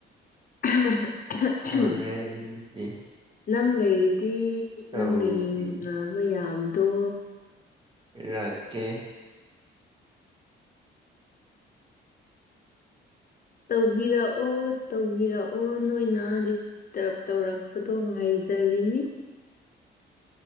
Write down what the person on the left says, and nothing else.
<unintelligible>
ꯅꯪ ꯂꯩꯔꯤꯗꯤ
ꯅꯪꯒ ꯌꯦꯡꯃꯤꯟꯅ ꯕ ꯌꯥꯝꯗꯣ
ꯇꯧꯕꯤꯔꯛꯑꯣ ꯇꯧꯕꯤꯔꯛꯑꯣ ꯅꯣꯏꯅ ꯇꯦꯞ ꯇꯧꯔꯛꯄꯗꯣ ꯉꯥꯏꯖꯔꯤꯅꯤ